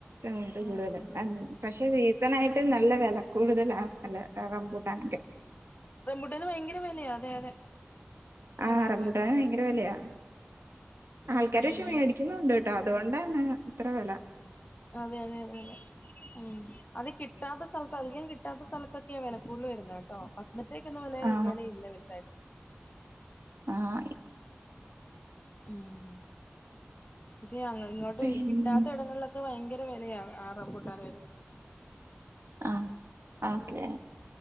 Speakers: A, on the right; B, on the left.
A: ആ
B: ഉം
A: കൂടുതല
B: ഉം
A: പക്ഷെ സീസൺ ആയിട്ടും നല്ല വെല കൂടുതലാ റംമ്പൂട്ടാന്.
B: റമ്പൂട്ടാന് ഭയങ്കര വിലയാ അതെ അതെ
A: ആ
B: അതെ
A: റമ്പൂട്ടാന്
B: അതെ
A: ഭയങ്കര വെലയാ. ആൾക്കാര്
B: ഉം ഉം
A: പക്ഷെ മേടിക്കുന്നുണ്ട്ട്ടോ അതുകൊണ്ടാണ് ഇത്ര വെല.
B: അതെ അതെ അതെ അതെ ഉം അത് കിട്ടാത്ത സ്ഥലത്ത് അധികം കിട്ടാത്ത സ്ഥലത്ത് ത്തൊക്കെയ വെല കൂടുതൽ വര് ന്നേട്ടോ <unintelligible>
A: ആ
B: വെ ലയില്ല വൽതായിട്ട്.
A: ആഹ്.
B: ഉം പക്ഷെ അങ്ങ ഇങ്ങോട്ട്
A: പിന്നെ
B: കിട്ടാത്ത ഇടങ്ങൾലൊക്കെ ഇപ്പൊ ഭയങ്കര വെലയ ആ റമ്പൂട്ടാന് വര്ന്നേ.
A: ആ ഓക്കേ